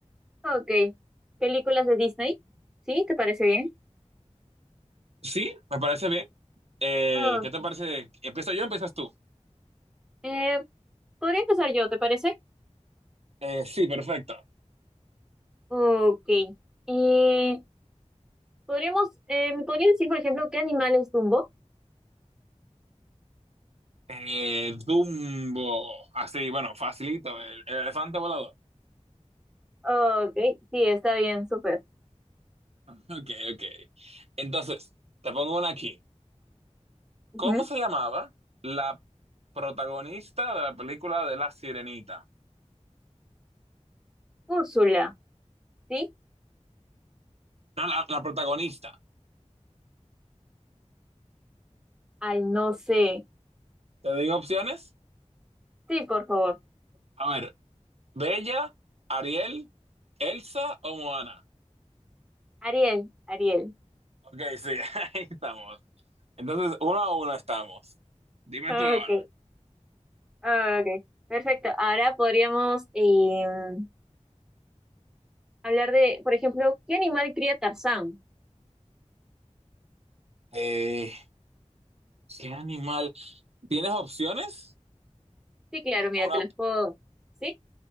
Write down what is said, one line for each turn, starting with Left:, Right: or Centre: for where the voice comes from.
Centre: Ok. ¿Películas de Disney? ¿Sí? ¿Te parece bien?
Right: Sí, me parece bien. Eh,
Centre: Ok.
Right: ¿qué te parece? ¿Empiezo yo o empiezas tú?
Centre: Eh, podría empezar yo, ¿te parece?
Right: Eh, sí, perfecto.
Centre: Ok. Eh, podríamos, eh, ¿me podrías decir, por ejemplo, qué animal es Dumbo?
Right: Eh, Dumbo. Así, bueno, facilito. El, el elefante volador. <laughs>
Centre: Ok, sí, está bien, súper.
Right: Ok, ok. Entonces, te pongo una aquí.
Centre: Ujú.
Right: ¿Cómo se llamaba la protagonista de la película de La Sirenita?
Centre: Úrsula, ¿sí?
Right: No, la, la protagonista.
Centre: Ay, no sé.
Right: ¿Te digo opciones?
Centre: Sí, por favor.
Right: A ver, ¿Bella, Ariel, Elsa o Moana?
Centre: Ariel, Ariel.
Right: Ok, sí, <laughs> ahí estamos. Entonces, uno a uno estamos. Dime
Centre: Ok,
Right: tú ahora.
Centre: ok. Perfecto. Ahora podríamos. em, Hablar de, por ejemplo, ¿qué animal cría Tarzán?
Right: Eh, ¿qué animal? ¿Tienes opciones?
Centre: Sí, claro, mira,
Right: Una,
Centre: te los puedo. ¿Sí?